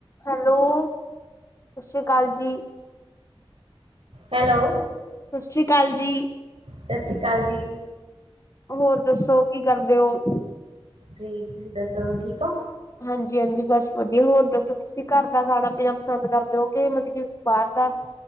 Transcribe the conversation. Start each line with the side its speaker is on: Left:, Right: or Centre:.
Left: ਹੈਲੋ ਸਤਿ ਸ੍ਰੀ ਅਕਾਲ ਜੀ।
Right: ਹੈਲੋ
Left: ਸਤਿ ਸ਼੍ਰੀ ਅਕਾਲ ਜੀ।
Right: ਸਤਿ ਸ੍ਰੀ ਅਕਾਲ ਜੀ।
Left: ਹੋਰ ਦੱਸੋ ਕੀ ਕਰਦੇ ਹੋ।
Right: ਫਰੀਦ ਤੁਸੀਂ ਦੱਸੋ ਠੀਕ ਹੋ?
Left: ਹਾਂਜੀ ਹਾਂਜੀ ਬਸ ਵਧੀਆ ਹੋਰ ਦੱਸੋ ਤੁਸੀਂ ਘਰ ਦਾ ਖਾਣਾ ਪੀਣਾ ਪਸੰਦ ਕਰਦੇ ਹੋ ਕਿ ਮਤਲਬ ਕਿ ਬਾਹਰ ਦਾ